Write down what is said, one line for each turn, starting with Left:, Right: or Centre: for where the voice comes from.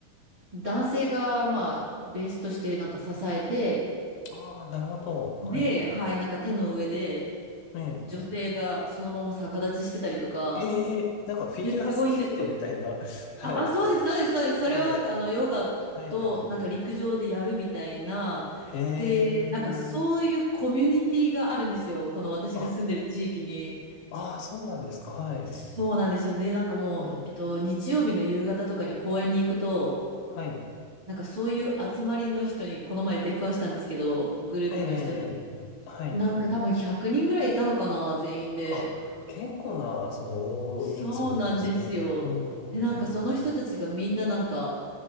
Right: 男性が、まあ、ベースとしてなんか支えて、
Left: ああ、なるほど。
Right: で、
Left: はい。
Right: はい、なんか手の上で、
Left: ええ、
Right: 女性がそのまま逆立ちしてたりとか、
Left: ええ、なんか、フィギュアスケートみたいな。
Right: いや、すごいんですよ。
Left: <laughs> はい。
Right: あ、あ、そうです、そうです、そうです。それをなんかあのヨガとなんか陸上でやるみたいな。
Left: ええ、はい、はい。ええ、
Right: で、なんかそういうコミュニティがあるんですよ。この私が住んでる地域に。
Left: あ、ああ、そうなんですか。はい。え
Right: そうなんですよ。で、なんかもう、
Left: え、
Right: えっと、日曜日の夕方とかに公園に行くと、
Left: はい。
Right: なんかそういう集まりの人に、この前出くわしたんですけど、グループの人に。
Left: ええ、はい。
Right: なんか多分100人ぐらいいたのかな、全員で。
Left: あ、結構な、その、
Right: そうなんですよ。
Left: 大人数なんですね。うんうんうんうん。
Right: で、なんかその人たちがみんななんか、